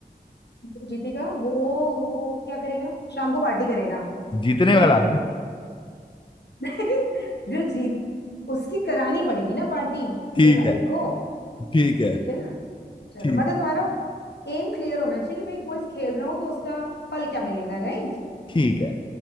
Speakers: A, on the left; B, on the left.
A: जो जीतेगा वो वो क्या करेगा शाम को पार्टी करेगा
B: जीतने
A: ठीक
B: वाला
A: है <laughs> जो जीत उसकी करानी पड़ेगी ना पार्टी जीतने
B: ठीक
A: वाले
B: है
A: को
B: ठीक है
A: ठीक है ना चलो
B: ठीक
A: मतलब तुम्हारा एम क्लियर होना चाहिए कि भाई क्विज खेल रहा हूँ तो उसका फल क्या मिलेगा राइट
B: ठीक है